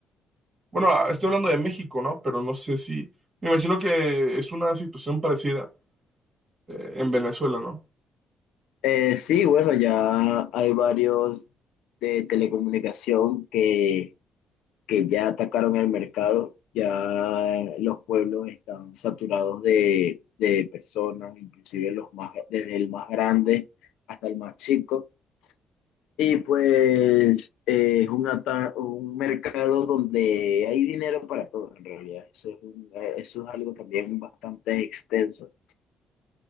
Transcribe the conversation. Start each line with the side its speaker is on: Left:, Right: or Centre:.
Right: bueno, ah, estoy hablando de México, ¿no? Pero no sé si, me imagino que es una situación parecida eh, en Venezuela, ¿no?
Left: Eh, sí, bueno, ya hay varios de telecomunicación que, que ya atacaron el mercado. Ya los pueblos están saturados de, de personas, inclusive los más, desde el más grande hasta el más chico. Y pues eh, es un, ata- un mercado donde hay dinero para todo en realidad. Eso es, un- eh, eso es algo también bastante extenso.